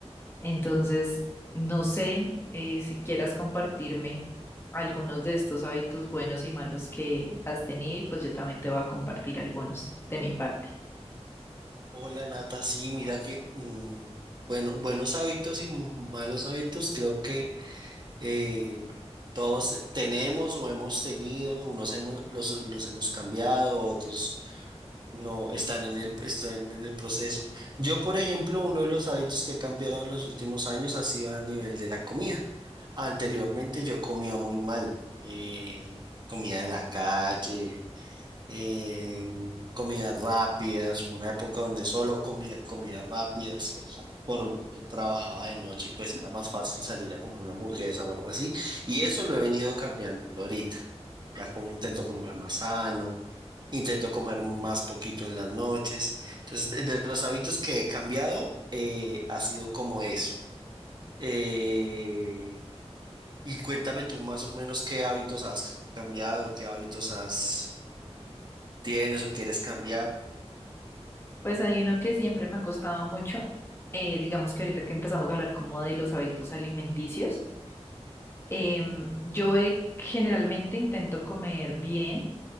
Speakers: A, on the left; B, on the right.
A: Entonces, no sé eh, si quieras compartirme algunos de estos hábitos buenos y malos que has tenido y pues yo también te voy a compartir algunos de mi parte.
B: Hola Nata, sí, mira que, mm, bueno, buenos hábitos y m- malos hábitos, creo que eh, todos tenemos o hemos tenido, unos hemos, los, los hemos cambiado, otros no están en el, están en el proceso. Yo, por ejemplo, uno de los hábitos que he cambiado en los últimos años ha sido a nivel de la comida. Anteriormente yo comía muy mal, eh, comida de la calle eh, comidas rápidas, hubo una época donde solo comía comidas rápidas, porque trabajaba de noche y pues era más fácil salir a comprar una hamburguesa o algo así, y eso lo he venido cambiando ahorita, ya como intento comer más sano, intento comer más poquito en las noches, entonces de, de los hábitos que he cambiado eh, ha sido como eso. Eh, y cuéntame tú más o menos qué hábitos has cambiado, qué hábitos has tienes o quieres cambiar.
A: Pues hay uno que siempre me ha costado mucho, eh, digamos que ahorita que empezamos a hablar como de los hábitos alimenticios, em, yo he- generalmente intento comer bien,